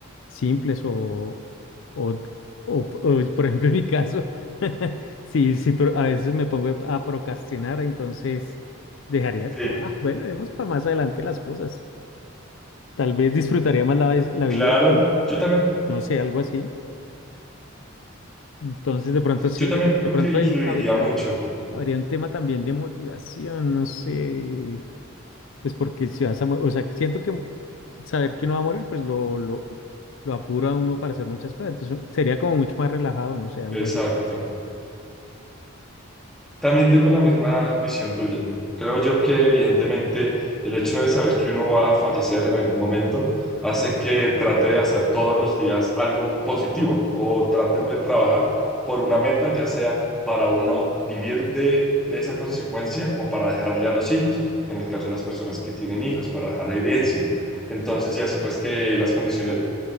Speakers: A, on the left (about 65°); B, in the centre.
A: simples o, o, o, o, por ejemplo, en mi caso, <laughs> sí, sí, pero a veces me pongo a procrastinar, entonces dejaría
B: sí,
A: como, "Ah, bueno, vemos para más adelante las cosas. Tal vez disfrutaría más la, la
B: claro.
A: vida, pues,
B: Yo también,
A: no sé, algo así. Entonces, de pronto sí,
B: yo también
A: yo-
B: digo
A: de pronto
B: que influiría
A: ahí habría,
B: mucho.
A: habría un tema también de motivación, no sé, pues porque si vas a, mo- o sea, siento que mo- saber que uno va a morir, pues lo, lo, lo apura a uno para hacer muchas cosas, entonces sería como mucho más relajado, no sé, algo
B: Exacto.
A: así.
B: También tengo la misma visión tuya. Creo yo que evidentemente el hecho de saber que uno va a fallecer en algún momento hace que trate de hacer todos los días algo positivo o trate uno de trabajar por una meta, ya sea para uno vivir de, de esa consecuencia o para dejarle a los hijos, en el caso de las personas que tienen hijos, para dejar herencia. Entonces, y así pues que las condiciones